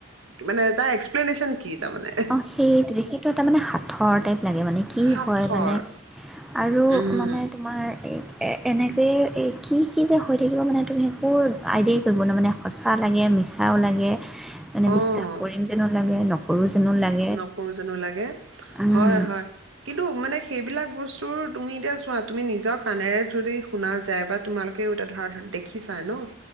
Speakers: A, on the right; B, in the centre.
A: মানে তাৰ এক্সপ্লেনেশচন কি তাৰমানে?
B: অ, সেইটোৱে সেইটো এটা মানে সাঁথৰ টাইপ লাগে মানে কি
A: সাঁথৰ
B: হয় মানে? আৰু
A: উম,
B: মানে তোমাৰ এই এ, এনেকয়ে এ কি কি যে হৈ থাকিব মানে তুমি একো আইডিয়াই কৰিব নোৱাৰা মানে সঁচা লাগে, মিছাও লাগে, মানে
A: অ',
B: বিশ্বাস কৰিম যেনো লাগে, নকৰো যেনো লাগে।
A: নকৰো যেনো লাগে,
B: উম,
A: হয় হয়। কিন্তু মানে সেইবিলাক বস্তু তুমি এতিয়া চোৱা তুমি নিজৰ কাণেৰে যদি শুনা যায় বা তোমালোক ধৰা দেখিচাই ন'